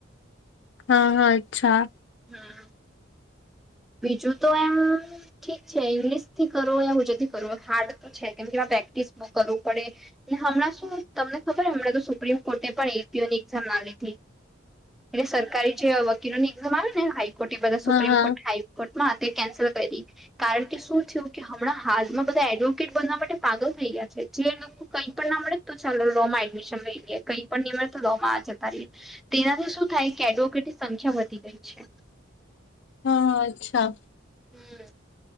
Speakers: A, on the left; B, in the centre.
A: હા હા અચ્છા.
B: હમ બીજું તો એમ ઠીક છે ઇંગ્લિશ થી કરો યા હોજુ થી કરો હાર્ડ તો છે, કેમ કે પ્રેક્ટિસ કરવું પડે. હમણાં શું તમને ખબર? હમણા તો સુપ્રીમ કોર્ટે પણ એક યરની એકઝામ ના લીધી. એલે સરકારી જે વકીલો ની એક્ઝામ આવે ને હાઈકોર્ટ એ બધા
A: હા
B: સુપ્રીમ
A: હા
B: કોર્ટ હ કોર્ટમાં તે કેન્સલ કયરી. કારણ કે, શું થીયું કે હમણાં હાલમાં બધા એડવોકેટ બનવા માટે પાગલ થઈ ગયા છે. જે કઈ પણ ના મળે તો ચાલો લો માં એડમિશન લઈ લઈ, કઈ પણ નહી મળે તો લો માં જતા રહીએ. તેનાથી શું થાય કે એડવોકેટની સંખ્યા વધી ગઈ છે.
A: હ હ, અચ્છા.
B: હમ્મ